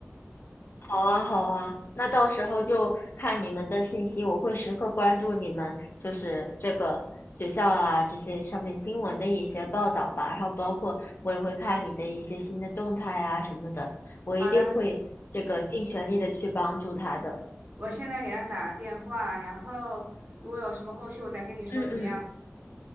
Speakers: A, on the left; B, on the right.
A: 好啊，好啊，那到时候就看你们的信息，我会时刻关注你们，就是这个学校啊，这些上面新闻的一些报道吧，然后包括我也会看你的一些新的动态啊什么的，我一定会这个尽全力的去帮助他的。
B: 好的，我现在给他打个电话，然后如果有什么后续，我再跟你说怎么样？
A: 嗯嗯，